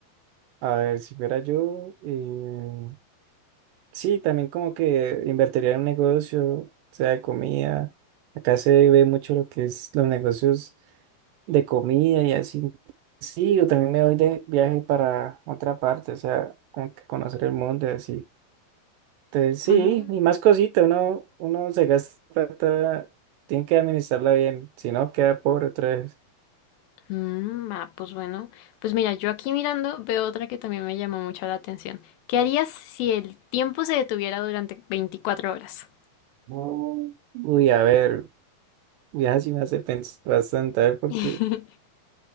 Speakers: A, on the right (about 80°); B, on the left (about 80°).
A: A ver, si fuera yo, eh, sí, también como que invertiría en un negocio, o sea, de comida. Acá se ve mucho lo que es los negocios de comida y así. Sí, yo también me voy de viaje para otra parte, o sea, como que conocer el mundo y así. Entonces, sí,
B: Ah.
A: y más cosita, uno, uno se gasta plata, tiene que administrarla bien, si no queda pobre otra vez.
B: Mm, ah, pues bueno, pues mira, yo aquí mirando veo otra que también me llamó mucho la atención. ¿Qué harías si el tiempo se detuviera durante veinticuatro horas?
A: No. Uy, a ver, ya sí me hace pensar bastante, a ver, porque
B: <laughs>